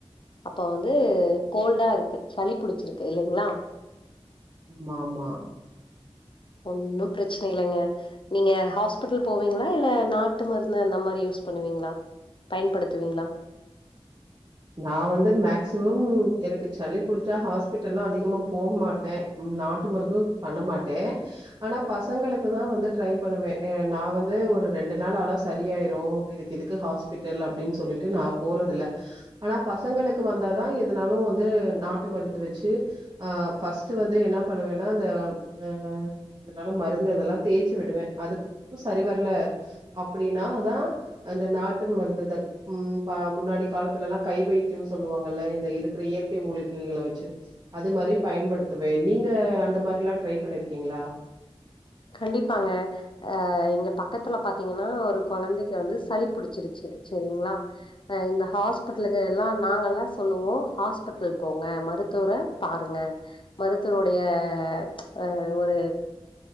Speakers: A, on the left; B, on the right.
A: அப்ப வந்து கோல்டா இருக்கு சளி புடிச்சிருக்கு இல்லைங்களா
B: ஆமா ஆமா
A: ஒன்னும் பிரச்சனை இல்லங்க நீங்க ஹாஸ்பிட்டல் போவீங்களா இல்ல நாட்டு மருந்து அந்த மாரி யூஸ் பண்ணுவீங்களா பயன்படுத்துவீங்களா
B: நான வந்து மேக்சிமம் எனக்கு சளி புடிச்சா ஹாஸ்பிட்டல்ல்லாம் அதிகமா போக மாட்டேன் நாட்டு மருந்தும் பண்ண மாட்டேன் ஆனா பசங்களுக்கு தான் வந்து ட்ரை பண்ணுவேன் நான வந்து ஒரு ரெண்டு நாள் ஆாளா சரியாயிரும் இதுக்கு எதுக்கு ஹாஸ்பிட்டல் அப்டின்னு சொல்லிட்டு நான போறது இல ஆனா பசங்களுக்கு வந்தாதான் எனாலும் வந்து நாட்டு மருந்து வச்சு ஆ பஃபர்ஸ்ட்ட் வந்து என்ன பண்ணுவேன்னா அந்த ஆ இதனால மருந்து இதெல்லாம் தேய்ச்சு விடுவேன் அது சரி வரல அப்டின்னா தான் அந்த நாட்டு மருந்துத உ முன்னாடி காலத்து த்துல எல்லாம் கை வைத்தியம்னு சொல்லுவாங்கல்ல இந்த இருக்கிற இயற்கை மூலிகைகளை வச்சு அது மாரி பயன்படுத்துவேன் நீங்க அந்த மாரி எல்லாம் டரை பண்ணிருக்கீங்களா
A: கண்டிப்பாங்க அ எங்க பக்கத்துல பாத்தீங்கன்னா ஒரு குழந்தைக்கு வந்து சளி புடிச்சிருச்சு சரிங்களா அ இந்த ஹாஸ்பிட்டலுக்கு எல்லாம் நாங்க எல்லாம் சொல்லுவோம் ஹாஸ்பிட்டல் போங்க மருத்துவர பாருங்க மருத்துவருடய அ ஒரு